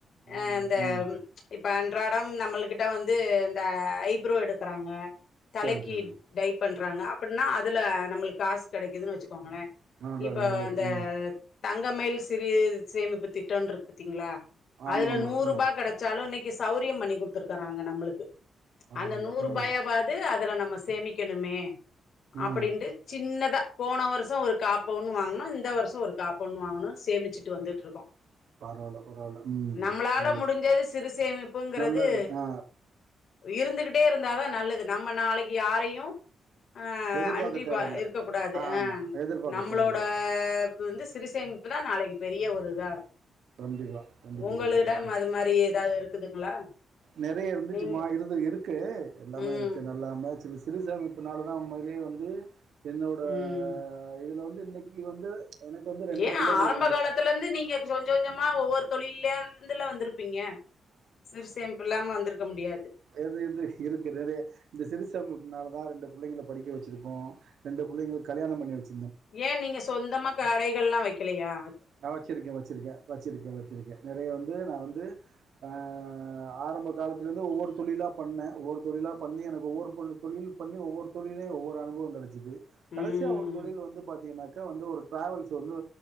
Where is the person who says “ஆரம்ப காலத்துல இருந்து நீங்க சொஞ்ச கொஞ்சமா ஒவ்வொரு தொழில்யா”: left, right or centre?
Left